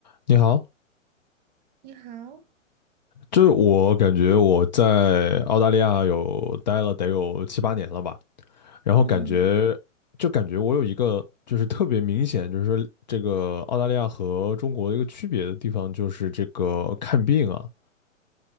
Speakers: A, on the left; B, on the right.
A: 你好，
B: 你好，
A: 就我感觉我在澳大利亚有待了得有七八年了吧，然后感觉就感觉我有一个就是特别明显，
B: 嗯，
A: 就是说这个澳大利亚和中国一个区别的地方就是这个看病啊，